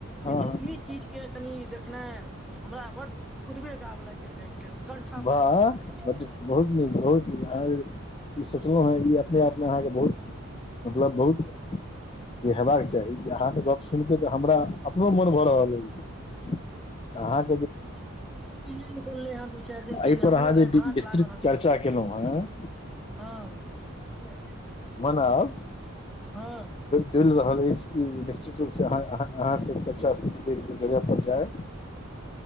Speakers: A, on the left; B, in the centre.
A: हँ
B: लेकिन
A: हँ
B: ई- चीज के कनि देखनाइ हमरा बड उदबेगाब लाग गेल जाय के लेल- कण्ठा
A: वाह
B: बड भरल ऐछ
A: बड बहुत नीक बहुत नीक अहाँ ई सोचलो हेँ ई अपने आपमे अहाँके बहुत मतलब बहुत जे हेबाक चाही अहाँके गप सुनिके तऽ हमरा अपनो मन भऽ रहल ऐइ अहाँ
B: यहै किछ दिन पेहने निकलले हैं दू चार चार दिन
A: एहिपर
B: पहिने हमरो
A: अहाँ जे
B: आइ भाँज
A: विस्तृत
B: लागल हन
A: चर्चा
B: कत से
A: केलहुँ हेँ
B: हँ
A: मनाब
B: हँ
A: चइल रहल ऐछ कि नि्चित <unintelligible> रूप से अहा अहा अहाँसे <unintelligible> जगह पर जाय